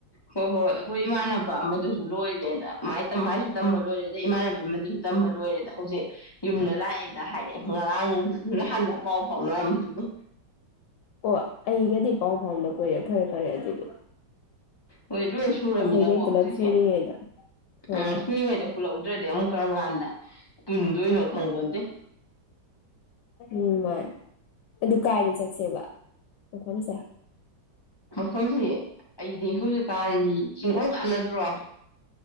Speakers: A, on the left (about 20°); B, on the left (about 80°).
A: ꯍꯣꯏ ꯍꯣꯏ ꯑꯩꯈꯣꯏ ꯏꯃꯥꯟꯅꯕ ꯑꯃꯗꯨꯁꯨ ꯂꯣꯏꯔꯦꯗ ꯃꯥꯥꯏ ꯇꯥꯏ ꯇꯝꯕ ꯂꯣꯏꯔꯦꯗ ꯏꯃꯥꯟꯅꯕꯤ ꯑꯃꯗꯨꯁꯨ ꯇꯝꯕ ꯂꯣꯏꯔꯦꯗ ꯍꯧꯖꯤꯛ ꯌꯨꯝꯗ ꯂꯥꯛꯑꯦꯗ ꯍꯥꯏꯔꯛꯑꯦ ꯍ ꯑ ꯍꯂ ꯄꯥꯎ ꯐꯥꯎꯅꯔꯝꯕꯗꯨꯕꯨ
B: ꯑꯣ ꯑꯩꯒꯗꯤ ꯄꯥꯎ ꯐꯥꯎꯅ ꯀꯨꯏꯔꯦ ꯐꯔꯦ ꯐꯔꯦ ꯑꯗꯨꯗꯤ
A: ꯍꯣꯏ ꯂꯣꯏ ꯁꯨꯔꯝꯃꯤꯅꯀꯣ
B: ꯑꯩꯈꯣꯏꯒꯩ ꯄꯨꯂꯞ
A: ꯍꯧꯖꯤꯛꯁꯦ
B: ꯁꯨꯔꯤꯉꯩꯗ ꯍꯣꯏ
A: ꯎꯝ
B: ꯍꯣꯏ
A: ꯁꯨꯔꯤꯉꯩꯗ ꯄꯨꯂꯛꯎꯗ꯭ꯔꯗꯤ ꯑꯃꯨꯛ ꯀꯔꯝ ꯀꯥꯟꯗ ꯄꯨꯟꯗꯣꯏꯅꯣ ꯈꯪꯕꯠꯇꯦ
B: ꯎꯝ ꯃꯥꯅꯤ ꯑꯗꯨ ꯀꯥꯏꯗ ꯆꯠꯁꯦꯕ ꯐꯁ
A: ꯊꯝꯁꯤ ꯑꯩꯗꯤ ꯍꯧꯖꯤꯛ ꯇꯥꯗꯤ ꯆꯤꯡꯗꯝ ꯀꯥꯟꯅꯗ꯭ꯔꯣ